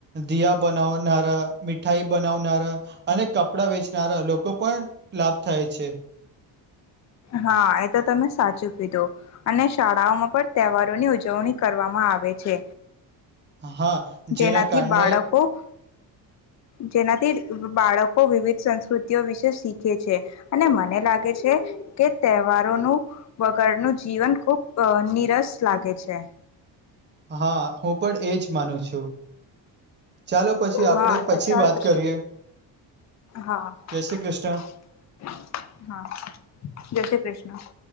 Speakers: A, on the right; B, on the left.
A: દિયા બનાવનારા, મીઠાઈ બનાવનારા અને કપડા વેચનારા લોકો પણ લાભ થાય છે.
B: હા એ તો તમે સાચું કીધું અને શાળાઓમાં પણ તહેવારોની ઉજવણી કરવામાં આવે છે.
A: હા જેના
B: જેનાથી
A: કારણે
B: બાળકો જેનાથી બાળકો વિવિધ સંસ્કૃતિઓ વિશે શીખે છે અને મને લાગે છે. કે તહેવારોનું વગરનું જીવન ખૂબ નિરસ લાગે છે.
A: હા હું પણ એજ માનું છું ચાલો પછી આપણે
B: હા તો ચાલ
A: વાત
B: પછી
A: કરીએ
B: હા
A: જય શ્રી કૃષ્ણ
B: હા હાજય શ્રી કૃષ્ણ. <inaudible>